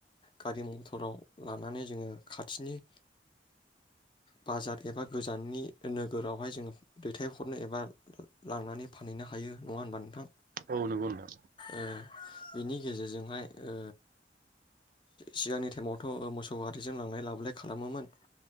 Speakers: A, on the left; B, on the right.
A: गारि मथराव लानानै जोङो खाथिनि बाजार एबा गोजाननि नोगोरावहाय जोङो दैथायहरनो एबा लांनानै फानहैनो हायो नङा होनबा नोंथां।
B: औ नंगौ नोंथां
A: ओ बिनि गेजेरजोंहाय ओ सिगांनि टेमथ' मसु औवारि जों लांलाय लाबोलाय खालामो मोन।